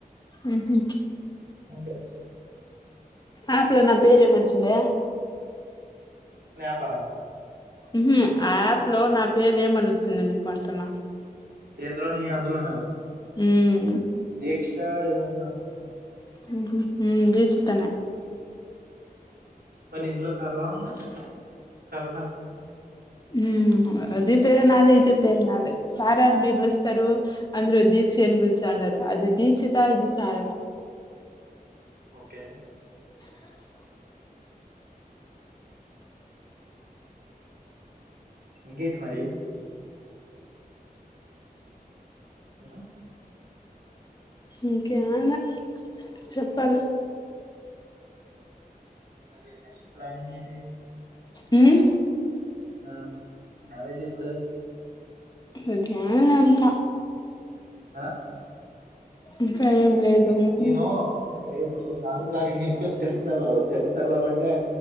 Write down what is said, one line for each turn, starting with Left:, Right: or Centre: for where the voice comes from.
Left: ఉహు
Right: అంతే
Left: ఆప్ లో నా పేరు ఏమొచ్చిండా
Right: స్నాప్ ఆ
Left: ఉహు ఆప్ లో నా పేరు ఏమని వచ్చిండా ని మీకు అంటున్న
Right: ఏందులోని ఆందులోన
Left: ఊ మ్
Right: దిక్ష ఏదో ఉందనుకుంట
Left: హు హుమ్ దీక్షిత నే
Right: మరి ఇందులో సరల ఉంది సరదా
Left: హుమ్ అది ప్ పేరే నాది ఇది పేరునదే సారా అని బిర్లుస్తారు అంద్రు దీక్షి అని బిలుస్తాండరు అది దీక్షత ఇది సారద
Right: ఓకే
Left: అ
Right: ఇంకేంటి మరి ఆ
Left: ఇంకేం అన్న చెప్పాల్
Right: నీ నెక్స్ట్ ప్లానింగ్ ఏటి
Left: ఉమ్
Right: ఆ మ్యారేజ్ ఎప్పుడు
Left: అదేనా ఎంత
Right: ఆ
Left: ఇంకా
Right: ఈ
Left: ఏం
Right: రీజన్
Left: లేదు
Right: డే
Left: ఉమ్
Right: హి నో ఎప్పుడు నాలుగో తారీఖునో ఎప్పుడో తిరుపతిళ్లాలి తిరుపతి వెళ్లాలంటే